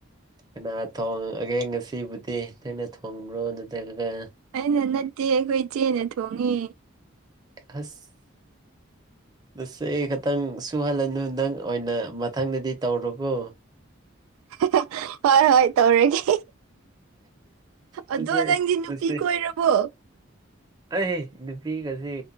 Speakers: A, on the right (about 20°); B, on the right (about 80°).
A: ꯀꯅꯥ ꯊꯣꯡꯒꯦ ꯉꯁꯤꯕꯨꯗꯤ ꯅꯪꯅ ꯊꯣꯡꯕ꯭ꯔꯣ ꯅꯠꯇ꯭ꯔꯒ
B: ꯑꯩꯅ ꯅꯠꯇꯦ ꯑꯩꯈꯣꯏ ꯏ ꯆꯦꯅ ꯊꯣꯡꯉꯤ
A: ꯍꯁ ꯅꯁꯦ ꯈꯛꯇꯪ ꯁꯨꯍꯜꯂꯅꯨ ꯅꯪ ꯑꯣꯏꯅ ꯃꯊꯪꯗꯗꯤ ꯇꯧꯔꯣꯒꯣ
B: <unintelligible> ꯍꯣꯏ ꯍꯣꯏ ꯇꯧꯔꯒꯦ
A: ꯅꯠꯇꯦ
B: ꯑꯗꯣ ꯅꯪꯗꯤ ꯅꯨꯄꯤ
A: ꯅꯠꯇꯦ
B: ꯀꯣꯏꯔꯕꯣ
A: ꯑꯩ ꯅꯨꯄꯤꯒꯁꯦ